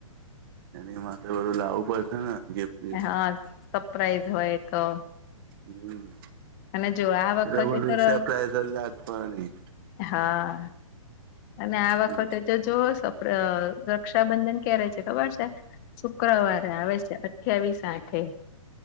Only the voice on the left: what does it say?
હા સરપ્રાઈઝ હોય એ તો
અને જો આ વખતે
તો
હા અને આ વખતે
તો જ જો સપ્ર અ રક્ષાબંધન ક્યારે છે ખબર છે શુક્રવારે આવે છે અઠ્યાવીસ આઠે